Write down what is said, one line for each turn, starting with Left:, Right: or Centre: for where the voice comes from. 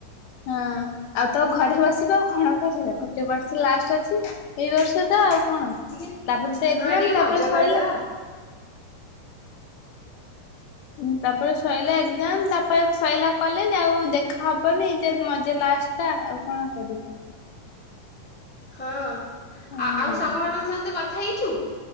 Left: ହଁ। ଆଉ ତୋ ଘରେ ବସିବା ଆଉ କଣ କରିବା ଗୋଟେ ବର୍ଷ ଲାଷ୍ଟ ଅଛି ଏଇ ବର୍ଷ ଟା ଆଉ। ହଁ
Centre: ଟିକେ
Left: ତାପରେ ତ ଏଜାମ
Centre: ହଁ ଟିକେ
Left: ତାପରେ
Centre: ମଜା
Left: ସଇଲା।
Centre: କରିଦେବା
Left: ହୁଁ ତାପରେ ସଇଲା ଏକ୍ସାମ୍ ତାପରେ ସଇଲା କଲେଜ ଯେ ଆଉ ଦେଖା ହବନି ଯେ ମଜା ଲାଷ୍ଟ ଟା ଆଉ କଣ କରିବା।
Centre: ହଁ।
Left: ହଁ।
Centre: ଆ ଆଉ ସାଙ୍ଗମାନଙ୍କ ସହିତ କଥା ହେଇଛୁ